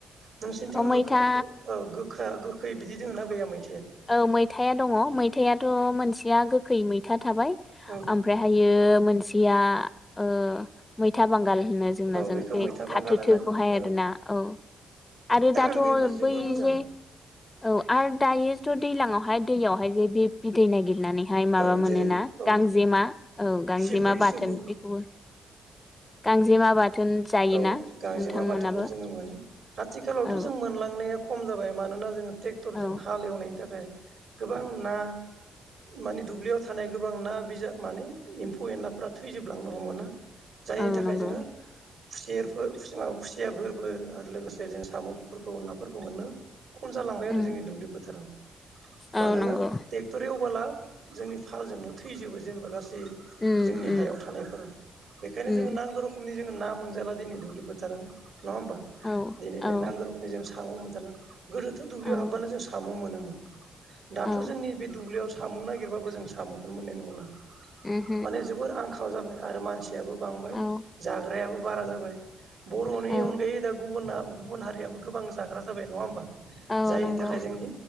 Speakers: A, on the right; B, on the left.
A: नोंसिनिथिं
B: अ
A: मो
B: मैथा
A: गोखा गोखै बिदि दोङ ना गैयामोन
B: औ मैथाया दङ मैथायाथ' मोनसेया गोखै मैथा थाबाय
A: औ
B: ओमफाहायो मोनसेया ओ मैथा बां गाल होनो जोंनाजों
A: औ बेखौ
B: बे
A: मैथा बांगाल
B: खाथो
A: होनो
B: थोखौहाय
A: औ
B: आरोना औ आरो
A: औ
B: दाथ'
A: बेबो जोबोर
B: बै
A: मोजां
B: जे औ आरो दायोथ दैलाङावहाय दैयावहाय जे बे बिदै नागिरनानै बेहाय माबा
A: औ
B: मोनोना
A: जेरै औ
B: गांजेमा औ गांजेमा
A: सिबु
B: बाथोन
A: सिबु
B: बेखौबो गांजेमा बाथोन जायोना
A: औ औ गांजेमा
B: नोंथांमोनाबो
A: बाथोनखौ जोङो मोनो आथिखालावथ
B: औ
A: जों मोनलांनाया खम जाबाय मानोना जोङो ट्रेक्टरजों
B: औ
A: हाल एवनायनि थाखाय गोबां ना मानि दुब्लियाव थानाय गोबां ना बिजाब माने एम्फौ एनलाफोरा थैजोबलांनो हमो ना जायनि
B: औ
A: थाखाय
B: नंगौ
A: जोङो खुसिरफोर माबा खुसियाफोरबो आरो लोगोसे जों साम'फोरखौ नाफोरखौ मोनो खम जालांबाय
B: उम
A: आरो जोंनि दुब्लि फोथाराव मानोना
B: औ नंगौ
A: ट्रेक्टर एवबोला जोंनि फालजोंनो थै थैजोबो जेनेबा गासै
B: उम
A: जोंनि
B: उम
A: हायाव थानायफोरा बेखायनो
B: उम
A: जों नांगौ रखनि जो मोनजाला दिनै दुब्लि फोथाराव नङा होनबा
B: औ
A: दिनै जों
B: औ
A: नांगो रोखोमनि साम' मोनजाला गोदोथ दुब्लियाव
B: औ
A: हाबबानो जों साम मोनोमोन दाथ
B: औ
A: जोंनि बे दुब्लियाव साम नागिरबाबो जों सामखौनो मोननाय नंला
B: उमहो
A: माने जोबोर आंखाल जाबाय आरो मा बांबाय
B: औ
A: जाग्रायाबो बारा जाबाय बर'नि
B: औ
A: अनगायै दा गुबुना गुबुन हारियाबो गोबां जाग्रा जाबाय नङा होमबा
B: औ
A: जायनि
B: नंगौ
A: थाखाय जोंनि